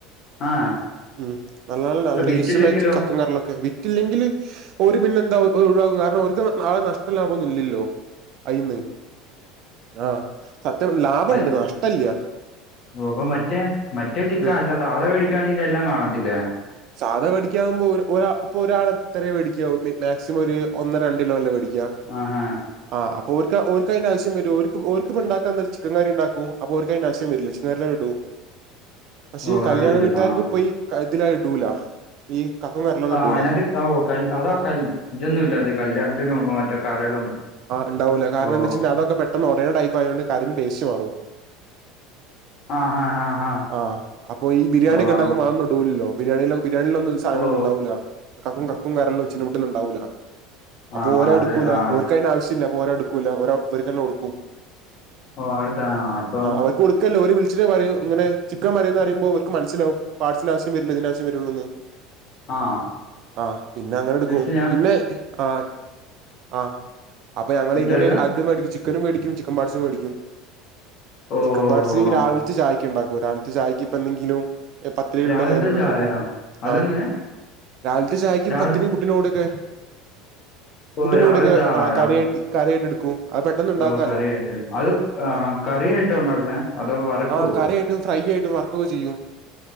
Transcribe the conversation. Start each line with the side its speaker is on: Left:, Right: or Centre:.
Left: ആ
Right: ഉം നല്ല നല്ല നല്ല
Left: അപ്പൊ
Right: ടേസ്റ്റ്ള്ള
Left: വിറ്റില്ലെങ്കിലോ
Right: ചി <unintelligible> വിറ്റില്ലെങ്കില് ഓര് പിന്നെ എന്താവും ഒഴിവാക്കും കാരണം ഓർക്ക് നാളെ നഷ്ടംല്ലാഭൊന്നും ഇല്ല്യല്ലോ അയിന്ന് ആ സത്യം പറഞ്ഞ ലാഭണ്ട്
Left: അല്ല
Right: നഷ്ടല്ല്യ
Left: ഓ അപ്പൊ മറ്റേ മറ്റേ ചിക്ക
Right: ഉം
Left: അല്ല സാദാ വേടിക്കാണെങ്കി ഇതെല്ലാം കാണത്തില്ലേ
Right: സാദാ വേടിക്ക ക്കാവുമ്പോ ഒര് ഒരാ ഇപ്പൊ ഒരാള് എത്ര വേടിക്കാവും മി മാക്സിമം ഒരു ഒന്നോ രണ്ടിലോ അല്ലേ വേടിക്ക
Left: ആ ഹാ
Right: ആ അപ്പോര്ക്ക് ഓര്ക് അയിന്റെ ആവശ്യം വരു ഓര്ക് ഇപ്പൊ ഇണ്ടാക്കുന്ന ചിക്കൻ കറി ഉണ്ടാക്കും അപ്പൊ ഓര്ക്കിയിന്റാവശ്യം വരില്ല ചിക്കൻ കറിലണ്ടിടും പക്ഷേ
Left: ഓ
Right: ഈ കല്യാണ
Left: ഇടൂല്ലേ
Right: വീട്ടാർക്ക്
Left: ആ
Right: ഇപ്പൊ യീ കഴുതിലായിടൂല ഈ കക്കും കറലൊന്നും
Left: ആ
Right: ഇടൂല
Left: അയിനകത്ത് <unintelligible> അതോ ക ഇതൊന്നും ഇല്ല അത് കല്യാണത്തിന് പോവുമ്പോ മറ്റേ കരളും
Right: ഉണ്ടാവൂല കാരണംന്ത
Left: ഓ
Right: വെച്ചയ്ഞ അതൊക്കെ പെട്ടന്ന് ഉടയുണ് ടൈപ്പ ആയോണ്ട് കറിന്റെ ടേസ്‌റ്റ് മാറും
Left: ആ ഹാ ഹാ ഹാ
Right: ആ അപ്പൊ ഈ ബിരിയാണിക്കെണ്ടാക്കുമ്പൊ
Left: ഓ ആ
Right: അതൊന്നും ഇടുലല്ലോ ബിരിയാണിയിലെ ബിരിയാണയിലൊന്നും ഈ സാധനങ്ങളൊന്നും
Left: ഓ
Right: ഉണ്ടാവൂല കക്കും കരളും ചിന്നമുട്ടെന്നുംണ്ടാവൂല അപ്പൊ
Left: ആ ഹാ
Right: ഓരഹ്
Left: അത്
Right: ടുക്കൂല
Left: ആ
Right: ഓര്ക്കയിന്റെ ആവശ്യല്ല അപ്പ ഓരോഹ്ട്കൂല ഓരോ ഇവര്ക്കന്നെ കൊടുക്കും
Left: ഓ അടുത്ത അപ്പം
Right: ആ അവര്ക്ക് കൊടു. ക്കല്ലോ ഓര് വിളിച്ചിട്ടണ്ട് പറിം ഇങ്ങനെ ചിക്കൻ പറിന്നറിമ്പോ ഓര്ക്ക് മനസിലാവും പാട്സിന് ആവശ്യം വരില്ല ഇതിനാവശ്യം വരുള്ളൂന്ന്
Left: ആ
Right: ആ പിന്നെ അങ്ങനെ ഇടുക്കും
Left: നശിയ
Right: പിന്നെ ആ. ആ അപ്പൊ ഞങ്ങളിങ്ങനെ
Left: എന്തായിരുന്നു
Right: അത് മേടിക്കും ചിക്കനും മേടിക്കും ചിക്കൻ പാട്സും മേടിക്കും.
Left: ഓ
Right: ചിക്കൻ പാട്സ് ഈ
Left: ആ
Right: രാവിൽത്തെ ഛായയ്ക്ക് ഉണ്ടാക്കു രാവിൽത്തെ ഛായക്ക് ഇപ്പെന്തെങ്കിലും. എ പത്തിരി ഉണ്ടെങ്കി
Left: രാവിലത്തെ
Right: അയിനോട്
Left: ചായയോ
Right: എടുക്കും
Left: അതെങ്ങനെ
Right: ആ രാവിലത്തെ ഛായക്ക്
Left: രാവിലെ
Right: പത്തിരി. പു ട്ടിനുടൊക്കെ
Left: ഓ
Right: പുട്ടിനോടൊക്കെ
Left: രാവിലത്തെ
Right: ആ
Left: രാവിലെ
Right: കറി ആയിട്ട് കറി ആയിട്ട് ഇടുക്കും. അത് പെട്ടെന്ന് ഉണ്ടാക്കാലോ
Left: ഓ കറിയായിട്ട് അത്
Right: ആ
Left: കറിയായിട്ടാ ഉണ്ടാക്കുന്നേ അതോ വറക്കുവോ
Right: ആ കറിയായിട്ടും ഫ്രൈ ആയിട്ടും വർ ക്കൊകെ ചെയ്യും.